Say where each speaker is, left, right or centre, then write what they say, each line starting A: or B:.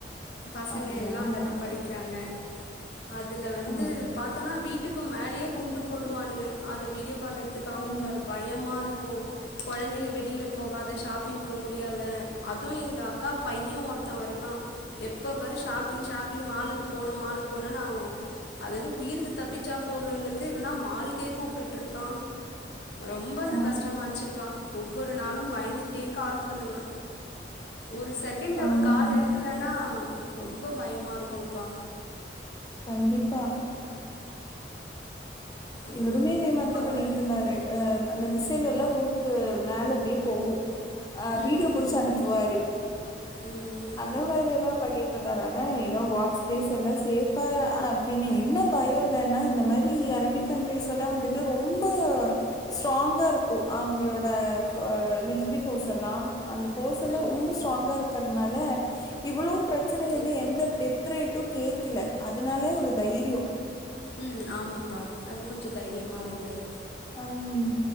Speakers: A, on the left; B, on the left.
A: பசங்க
B: அப்படியா?
A: எல்லா அங்கதா
B: ஓகே.
A: படிக்கிறாங்க அதுல வந்து
B: ஆ.
A: பாத்தோனா வீட்டுக்கு க்கும் மேலயே குண்டு போடுவானுங்க அத வீடியோ கால் எடுத்து காமிப்பாரு
B: ஆ.
A: பயமா இருக்கு குழந்தைங்க வெளில போகாத ஷாப்பிங் போ முடியாத அதுவு எங்கக்கா பைய ஒருத்தவ இருக்கா எப்ப பாரு ஷாப்பிங் ஷாப்பிங் மாலுக்கு போனோ மாலுக்கு போனோமன்னு அவே அது அது உயிருக்கு தப்பிச்சா போததுங்கின்து இத்னா மால்கே கூப்பிட்டு ருக்கா ரொம்ப
B: ஆ.
A: அது கஷ்டமாச்சுப்பா ஒவ்வொரு நாளூ பயந்துகிட்டே கால் பண்ணுவே ஒரு செகண்ட் அவர்
B: ஆமாம்.
A: கால் எடுக் க்கலன்னா ரொம்ப பயமா இருக்கும்ப்பா
B: கண்டிப்பா
A: ஆம்,
B: இவருமே இதே
A: எப்ப
B: மாறிதா பண்ணிட்டு
A: பாரு
B: இருந்தாரு ஆ அந்த மிசிலெல்லா
A: ம்
B: ரூம்க்கு மேல அப்டியே போகும் ஆ
A: ம்
B: வீடியோ புடிச்சு
A: ம்
B: அனுப்புவாரு
A: ம் ம்
B: அந்த மாரில்லா பண்ணி க்ரூதாரனை இன்னோ பாக்ஸ் ஃபீஸ் எல்லா சேஃபா பின்ன என்ன பயயோ இல்லன்னா இந்த மாரி அரபிக் கண்ட்ரிஸ்ல்லா வந்துட்டு ரொம்ப ஸ்ட்ராங்கா இருக்கோ அவங்களோட இப்ப மில்ட்ரி ஃபோர்ஸ் எல்லா அந்த ஃபோர்ஸ் எல்லா
A: ம்
B: ரொம்ப ஸ்ட்ராங்கா இருக்க னால இவ்ளோ பிரச்சனை இருந்து
A: என்
B: எந்த டெத் ரேட்டும் கேக்ல அதுனாலே ஒரு தைரியோ
A: ம் ஆமாப்பா அது கொஞ்சோ தைரியமா இருந்தது
B: அம்